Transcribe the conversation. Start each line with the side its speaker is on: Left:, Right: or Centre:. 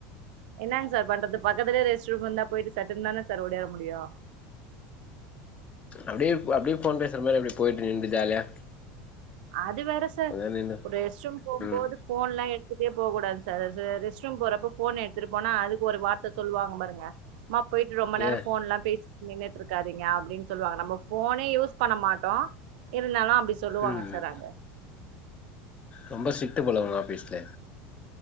Right: என்னாங் சார் பண்றது பக்கத்துலே ரெஸ்ட் ரூம் இருந்தா பொய்ட்டு சட்டுன்தானே சார் ஒடியாற முடியு
Left: அப்டியே அப்டியே ஃபோன் பேசுற மாரி அப்டியே பொய்ட்டு நின்ட்டு ஜாலியா
Right: அது வேற சார்
Left: கொஞ்ச நேரோ நின்னு
Right: ஒரு ரெஸ்ட்ரூம் போம்போது
Left: ம்
Right: ஃபோன் எல்லா எடுத்துட்டே போக்கூடாது சார் ரெஸ்ட்ரூம் போறப்ப ஃபோன் எடுத்துட்டு போனா அதுக்கு ஒரு வார்த்த சொல்லுவாங்க பாருங்க சம்மா பொய்ட்டு ரொம்ப நேரோ
Left: ஏ
Right: ஃபோன்லா பேசி நின்னுட்ருக்காதீங்க அப்டின்னு சொல்லுவாங்க நம்ம ஃபோனே யூஸ் பண்ண மாட்டோ இருந்தாலு அப்டி சொல்லுவாங்க
Left: ம்
Right: சார் அங்க
Left: ரொம்ப ஸ்டிட்க்ட்டு போல உங்க ஆஃபீஸ்ஸூ